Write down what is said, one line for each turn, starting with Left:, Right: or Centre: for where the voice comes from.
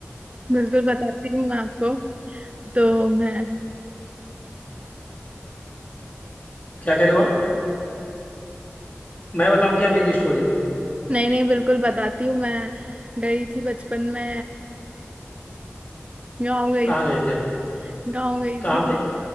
Right: बिल्कुल बताती हूँ मैं आपको तो मैं
Left: क्या करे हो आप मैं बताऊं क्या मेरी स्टोरी
Right: नहीं नहीं बिल्कुल बताती हूँ मैं गई थी बचपन में गाँव गई
Left: कहाँ
Right: थी
Left: गए थे आप
Right: गांव गई
Left: कहाँ
Right: थी
Left: पे